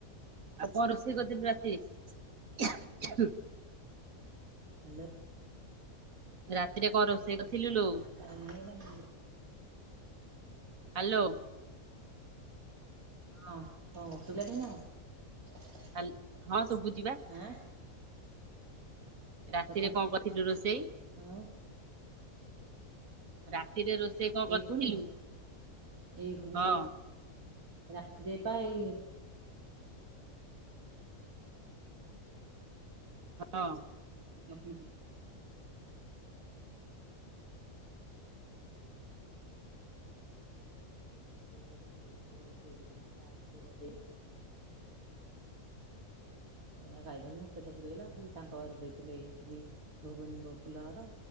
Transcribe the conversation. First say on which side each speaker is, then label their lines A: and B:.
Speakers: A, on the right (about 75°); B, on the right (about 90°).
A: ଆଉ କଣ ରୋଷେଇ କରିଥିଲି ରାତିରେ
B: ହ୍ୟାଲୋ।
A: ରାତିରେ କଣ ରୋଷେଇ କରିଥିଲିଲୋ?
B: <unintelligible>
A: ହ୍ୟାଲୋ।
B: ହଁ ହଉ ସୁଵିଲା ନା ନାଇଁ ନାଁ କଣ?
A: ହାଲ ହଁ ସବୁଚି ପା।
B: ଆଁ
A: ରାତିରେ
B: କଥା
A: କଣ କରିଥିଲୁ ରୋଷେଇ?
B: ଆଉ
A: ରାତିରେ ରୋଷେଇ କଣ
B: ଏଇ
A: କରିଥିଲୁ
B: ଖୁଣି ଏଇ ଖୁଣି
A: ହଁ?
B: ସେଇ ରାତିରେ ପା ଏଇ
A: ହଁ।
B: <unintelligible> କ ଯ ଜୋଇକି ପିଠା ପୁର ଦେଇ ଏୟ ଖାଇଦେନୁ ପେଟ ପୁରୀ ଗଲା ପୁ ତାଙ୍କ ଘର ଦେଇଥିଲେ ଏଇଠି ଭୋଗୁନିବ ଫୁଲ ଘର